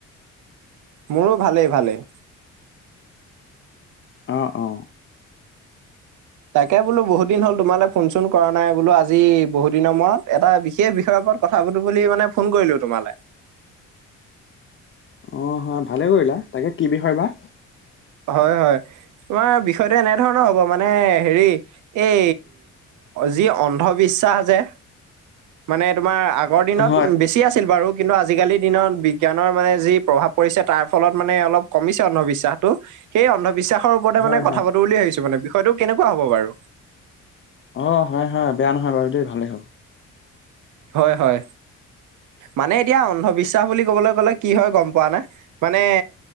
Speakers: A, on the right; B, on the left.
A: মোৰো ভালেই ভালেই।
B: অ, অ।
A: তাকে বোলো বহুত দিন হ'ল তোমালে ফোন-চোন কৰা নাই। বোলো আজি বহু দিনৰ মূৰত এটা বিশেষ বিষয় ওপৰত কথা পাতো বুলি মানে ফোন কৰিলো তোমালে।
B: অ হয় ভালে কৰিলা তাকে কি বিষয় বা
A: হয় হয় তোমাৰ বিষয়টো এনে ধৰণৰ হ'ব মানে হেৰি এই যি অন্ধবিশ্বাস যে মানে তোমাৰ আগৰ দিনত
B: হয়,
A: বেছি আছিল বাৰু কিন্তু আজি-কালিৰ দিনত বিজ্ঞানৰ মানে যি প্ৰভাৱ পৰিছে তাৰ ফলত মানে অলপ কমিছে অন্ধবিশ্বাসটো। সেই অন্ধবিশ্বাসৰ ওপৰতে
B: হয়,
A: মানে কথা
B: হয়,
A: পাতো বুলি ভাবিছো মানে। বিষয়টো কেনেকুৱা হ'ব বাৰু?
B: অ, হয় হয়। বেয়া নহয় বাৰু দেই ভালেই হ'ব।
A: হয়, হয়। মানে এতিয়া অন্ধবিশ্বাস বুলি ক'বলৈ গ'লে কি হয় গম পোৱানে? মানে